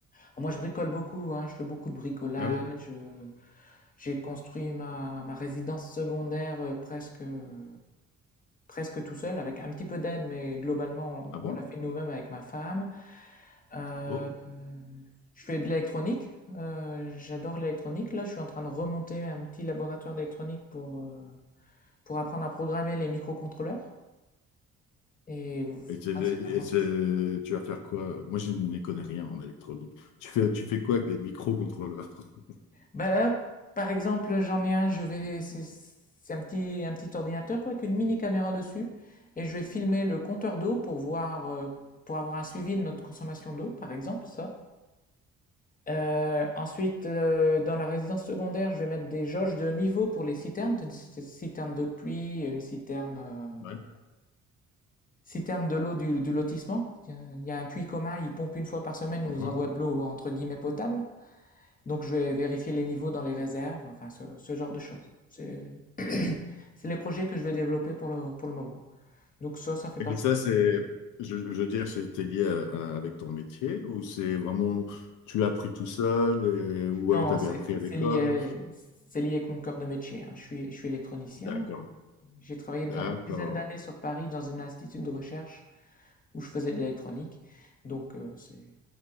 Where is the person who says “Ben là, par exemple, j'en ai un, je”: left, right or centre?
Left